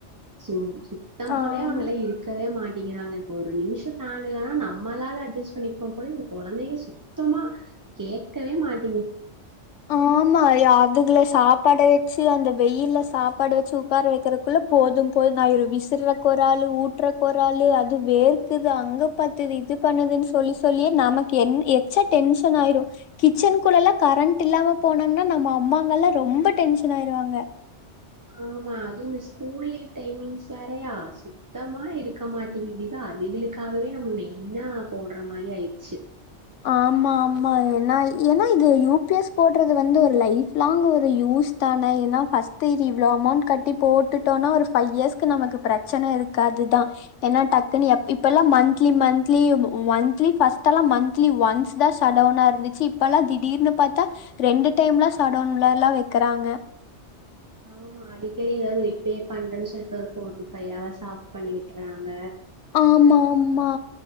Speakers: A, on the right; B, on the left.
A: சோ சுத்தமாவே
B: ஆமா
A: அவங்ள இருக்கவே மாட் ட்டிங்கிறாங்க ஒரு நிமிஷோ ஃபேன் இல்லனா நம்மளாது அட்ஜஸ் பண்ணிப்போ போல இந்த கொழந்தைக சுத்தமா கேக்கவே மாட்
B: ஆமா யா இதுகள சாப்பாட வெச்சு அந்த வெயில்ல சாப்பாடு வச்சு உக்கார வைக்கறக்குள்ள போது போதுன் ஆயிரு விஸ் சிற க்கு ஒரு ஆளு ஊட்றக் ஒரு ஆளு அது வேர்க்குது அங்க பாத்தது இது பண்ணுதுன் சொல்லி சொல்லியே நமக்கு என் எச்ச டென்ஷன் ஆயிரு கிச்சன் கூடல்லா கரண்ட் இல்லாம போனாங்கன்னா நம்ம அம்மாங்கல்லா ரொம்ப டென்ஷன் ஆயிருவாங்க
A: ஆமா அது இந்த ஸ்கூல் லீவ் டைமிங்ஸ் வேறையா சுத்தமா இருக்க மாட்டேங்குதுதா அதிகளுக்காகவே நம்ம மெயினா போடுற மாரி ஆயிடுச்சு
B: ஆமா ஆமா என்ன ஏன்னா இது யூ பிஎஸ் போடுறது வந்து ஒரு லைப் லாங் ஒரு யூஸ் தான பஸ் இவ்ளோ அமௌண்ட் கட்டி போட்டுட்டோனா ஒரு ஃபைவ் இயர்ஸ்க்கு நமக்கு பிரச்சனை இருக்கா து தா எனா டக்குன்னனு இப்பல்லா மந்த்லி மந்த்லி மந்த்லி ஃபர்ஸ்ட் லா மந் ஒன்ஸ் தான் சடவுனா இருந்துச்சு இப்பல்லா திடீர்னு பார்த்தா ரெண்டு டைம்லா சடவுன்லல்லா வைக்க றாங்க
A: ஆமா அடிக்கடி எதாவது ரிப்பேர் பண்றேன்னு சொல்ட்டு ஒரு four to five hours off பண்ணி விட்றாங்க
B: ஆமா ஆமா